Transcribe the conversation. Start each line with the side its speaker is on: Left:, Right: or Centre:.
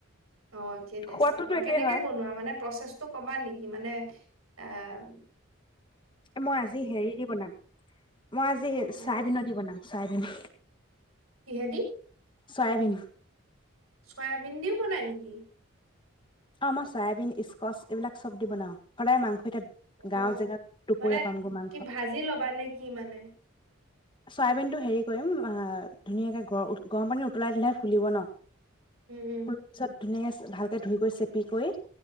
Right: অ যে টেষ্ট
Left: সোৱাদটোতো
Right: হয় বাৰু
Left: একেই
Right: কেনেকে
Left: হয়
Right: বনোৱা মানে প্ৰচেছটো কবা নেকি? মানে আহ
Left: এ মই আজি হেৰি দি বনাম৷ মই আজি
Right: অ
Left: চয়াবিনত দি বনাম চয়াবিন৷
Right: কিহে দি
Left: চয়াবিন
Right: চয়াবিন দিও বনাই নেকি?
Left: অ মই চয়াবিন ইছস্কচ এইবিলাক চব দি বনাও৷ সদায় মাংস এতিয়া গাঁওৰ
Right: অ
Left: জেগাত দুপৰীয়া
Right: মানে
Left: পামগৈ মাংস
Right: কি ভাজি ল'বা নে কি মানে?
Left: চয়াবিন টো হেৰি কৰিম অ ধুনীয়াকে গ গৰম পানীত উতলাই দিলেহে ফুলিব ন?
Right: উম উম
Left: ফুলাৰ পিছত ধুনীয়াকে চ ভালকে ধুই কৰি চেপি কৰি